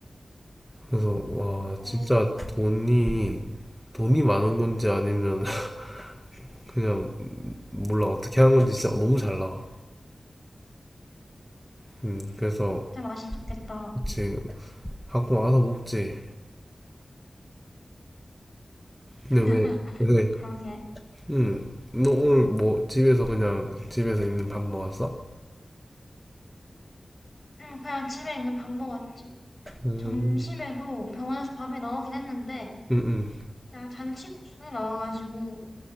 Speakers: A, in the centre; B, on the left.
A: 그래서 와
B: 어,
A: 진짜 돈이 돈이 많은 건지 아니면 <laughs> 그냥 몰라 어떻게 하는 건지 진짜 너무 잘 나와 음, 그래서
B: 진짜 맛있었겠다.
A: 그치 갖고 와서 먹지.
B: <laughs>
A: 근데 왜, 왜,
B: 그러게.
A: 음, 너 오늘 뭐 집에서 그냥 집에서 있는 밥 먹었어?
B: 응, 그냥 집에 있는 밥 먹었지.
A: 음,
B: 점심에도 병원에서 밥이 나오긴 했는데,
A: 음, 음,
B: 그냥 잔치국수에 나와가지고